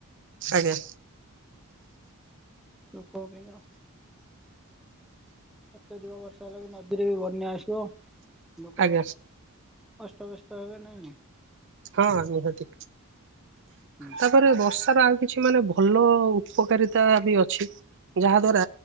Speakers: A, on the right (about 55°); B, in the centre.
A: ଆଜ୍ଞା
B: ଲୋକଙ୍କ ପାଇଁକା ଅତ୍ୟଧିକ ବର୍ଷା ହେଲା ବି ନଦୀରେ ବି ବନ୍ୟା ଆସିବ ଲୋକ
A: ଆଜ୍ଞା
B: ଅସ୍ତବ୍ୟସ୍ତ ହେବେ ନା ନାହିଁ?
A: ହଁ ନିହାତି
B: ହୁଁ।
A: ତାପରେ ବର୍ଷାର ଆଉ କିଛି ମାନେ ଭଲ ଉପକାରିତା ବି ଅଛି। ଯାହା ଦ୍ଵାରା